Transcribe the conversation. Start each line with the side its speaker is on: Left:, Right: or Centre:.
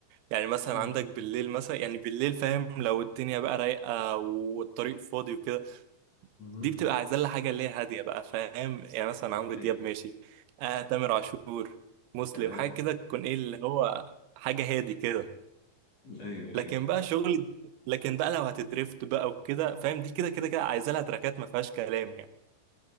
Right: يعني مثلا
Left: مم.
Right: عندك بالليل مثلا يعني بالليل فاهم لو الدنيا بقى رايقة والطريق فاضي وكده
Left: مهم.
Right: دي بتبقى عايزة لها حاجة اللي هي هادية بقى فاهم يعني مثلا عمرو
Left: ايوه
Right: دياب ماشي آه تامر عاشور مسلم
Left: آه.
Right: حاجة كده تكون ايه اللي هو حاجة هادي كده
Left: ايوه
Right: لكن
Left: ايوه
Right: بقى شغل لكن بقى لو هتدريفت بقى وكده فاهم دي كده كده كده عايزة لها تراكات ما فيهاش كلام يعني